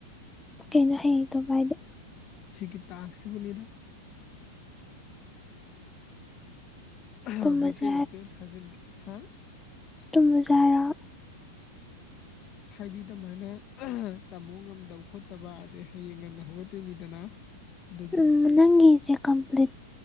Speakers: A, in the centre; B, on the left.
A: ꯀꯩꯅꯣ ꯍꯌꯦ ꯇꯧꯕ ꯍꯥꯢꯗꯦ
B: ꯁꯤꯒꯤ ꯇꯥꯛ꯭ꯁ ꯁꯤꯕꯨꯅꯤꯗ ꯑꯥꯍ
A: ꯇꯨꯝꯃꯁꯦ
B: ꯥꯃꯩꯇꯩ ꯃꯌꯦꯛꯇ ꯑꯣꯏ ꯊꯖꯟꯒꯦ ꯍꯥꯥ
A: ꯇꯨꯝ ꯃꯁꯦ ꯍꯥꯏꯔꯣ
B: ꯍꯥꯏꯗꯤ ꯑꯗꯨꯃꯥꯏꯅ ꯇꯝꯃꯣ ꯉꯝꯗꯕ ꯈꯣꯠꯇꯕ ꯑꯗꯩ ꯍꯌꯦꯡ ꯉꯟꯅ ꯍꯧꯒꯠꯇꯣꯏꯅꯤꯗꯅ ꯑꯗꯨꯒꯤ
A: ꯎꯝ ꯅꯪꯒꯤ ꯁꯦ ꯀꯝꯄ꯭ꯂꯤꯠ